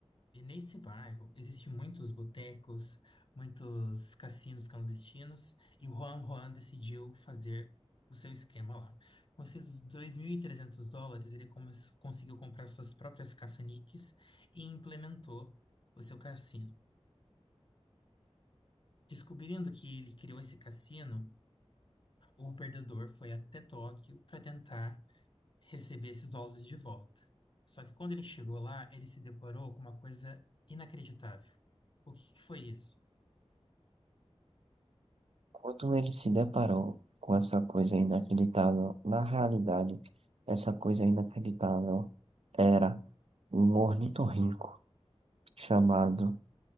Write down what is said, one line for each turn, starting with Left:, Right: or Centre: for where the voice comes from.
Left: E nesse bairro existem muitos botecos, muitos cassinos clandestinos, e o Juan Juan decidiu fazer o seu esquema lá. Com esses 2.300 dólares, ele come- conseguiu comprar suas próprias caça-níqueis e implementou o seu cassino. Descobrindo que ele criou esse cassino, o perdedor foi até Tóquio para tentar receber esses dólares de volta. Só que quando ele chegou lá, ele se deparou com uma coisa inacreditável. O que que foi isso?
Right: Quando ele se deparou com essa coisa inacreditável, na realidade, essa coisa inacreditável era um ornitorrinco chamado